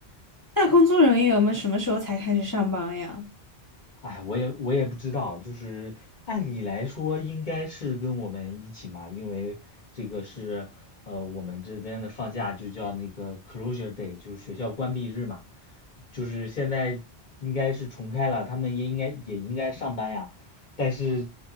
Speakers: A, on the left; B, on the left.
A: 那工作人员们什么时候才开始上班呀？
B: 哎，我也我也不知道，就是按理来说应该是跟我们一起嘛，因为这个是呃我们这边的放假就叫那个 closure day，就是学校关闭日嘛，就是现在应该是重开了，他们也应该也应该上班呀，但是